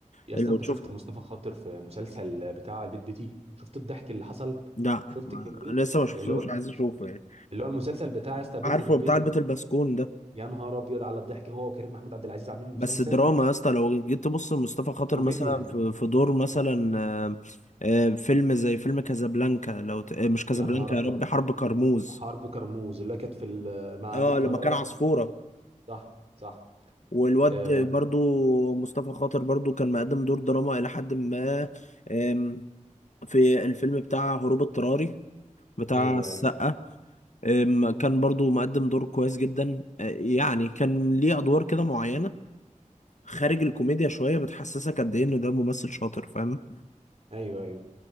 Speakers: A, on the right (about 50°); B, on the left (about 65°).
A: يا
B: لو
A: اسطى انت
B: تشوف
A: شفت مصطفى خاطر في مسلسل بتاع البيت بيتي شفت الضحك اللي حصل
B: لا
A: شفت
B: ما-
A: كميه
B: لسه ما شفتوش
A: اللي هو
B: عايز اشوفه يعني
A: اللي هو المسلسل بتاع يا اسطى بيت
B: عارفه
A: البيت
B: بتاع البيت
A: المسكون
B: البسكون ده
A: يا نهار ابيض على الضحك هو وكريم محمود عبد العزيز عاملين مسلسل
B: بس دراما يا اسطى لو جيت تبص لمصطفى خاطر
A: كوميديا
B: مثلا في في دور مثلا آه، آه، فيلم زي فيلم كازابلانكا لو ت... آه، مش كازابلانكا
A: يا نهار ابيض
B: يا ربي حرب كرموز
A: حرب كرموز اللي كانت في ال- مع
B: اه
A: امير كرارة
B: لما كان عصفورة
A: صح صح
B: والواد
A: آه
B: برضو مصطفى خاطر برضو كان مقدم دور دراما إلى حد ما آم، في الفيلم بتاع هروب اضطراري بتاع
A: ايوه
B: السقا
A: ايوه
B: آم، كان برضو مقدم دور كويس جدا آه، يعني كان ليه أدوار كده معينة خارج الكوميديا شوية بتحسسك قد إيه إن ده ممثل شاطر فاهم
A: ايوه ايوه